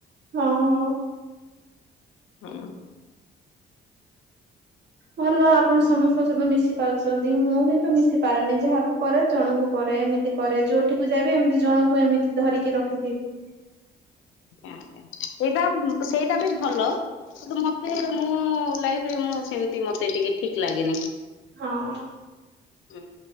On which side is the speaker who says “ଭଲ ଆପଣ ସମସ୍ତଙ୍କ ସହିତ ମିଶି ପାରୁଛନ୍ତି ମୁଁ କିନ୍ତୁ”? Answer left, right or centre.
Right